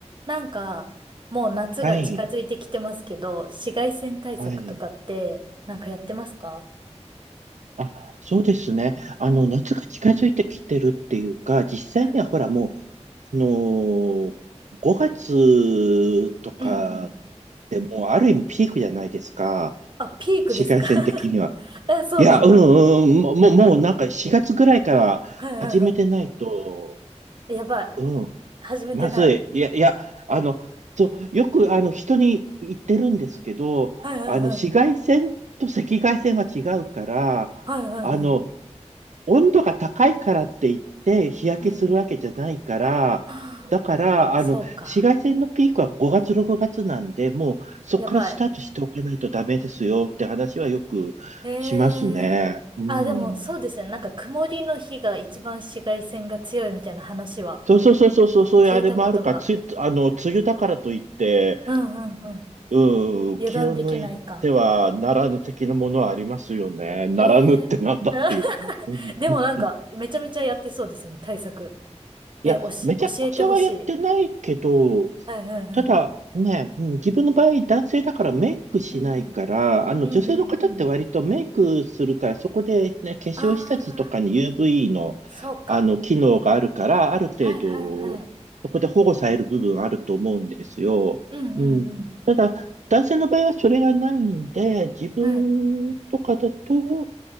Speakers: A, on the right; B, on the right.
A: なんか、もう夏が近づいてきてますけど、
B: はい、
A: 紫外線対策とかって、
B: はい。
A: なんかやってますか
B: あ、そうですね。あの、
A: うん。
B: 夏が近づいてきてるっていうか、実際にはほらもう、
A: うん。
B: あのー、5月とか
A: うん、うん。
B: でもうある意味ピークじゃないですか。
A: あ、ピークですか
B: 紫外線的には。
A: <laughs> あ、そうなんだ。
B: いや、うん、うん、もうもう、もうなんか4月ぐらいから始めてないと、
A: はいはいはい。うん。やばい。
B: うん、
A: 始めてない。
B: まずい。いや、いや、あの、そう、よく、あの、人に言ってるんですけど、
A: はいはいはい。
B: あの、紫外線と赤外線は違うから、
A: はいはいはい。
B: あの、温度が高いからって言って日焼けするわけじゃないから、
A: うん。はあ
B: だから、あの、
A: そうか。
B: 紫外線のピークは5月、6月なんで、もうそこからスタートしておかないとダメですよって話はよくしますね。
A: やばい。へえ。
B: うん。
A: あ、でもそうですね。なんか曇りの日が一番紫外線が強いみたいな話は
B: そうそうそうそうそう、そういうあれもあるか、
A: 聞いたことが。
B: つい、あの、梅雨だからといって、
A: うんうんうん。
B: うん、
A: 油断できないか。
B: 気を抜いてはならぬ的なものはありますよね。ならぬってなんだっていう。
A: ええ <laughs>
B: <laughs>
A: でもなんか、めちゃめちゃやってそうですね、対策。
B: いや、
A: え、おし、
B: めちゃくちゃはやってないけど、
A: 教えてほしい。はいはいはい。
B: ただね、うん、自分の場合男性だからメイクしないから、
A: うんうん。
B: あの女性の方って割とメイクするから、
A: うんうんうん。
B: そこでね、化粧下地とかに
A: ああ、
B: UV の、
A: そうか。
B: あの機能があるから、ある程度、
A: はいはいはい。
B: そこで保護される部分あると思うんですよ。
A: うんうんうん。
B: うん。ただ、男性の場合はそれがないんで、自分とかだと、
A: はい。